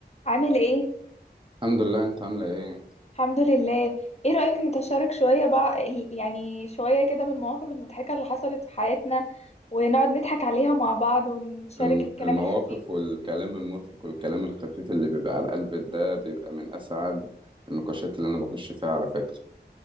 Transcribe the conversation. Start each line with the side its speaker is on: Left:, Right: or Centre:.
Left: عامل ايه؟
Right: الحمد لله انت عاملة ايه
Left: الحمد لله ايه رأيك نتشارك شوية بقى ال- يعني شوية كده من المواقف المضحكة اللي حصلت في حياتنا ونقعد نضحك عليها مع بعض ونشارك
Right: الم-
Left: الكلام
Right: المواقف
Left: الخفيف
Right: والكلام المضحك والكلام الخفيف اللي بيبقى على القلب ده بيبقى من اسعد النقاشات اللي انا بخش فيها على فكرة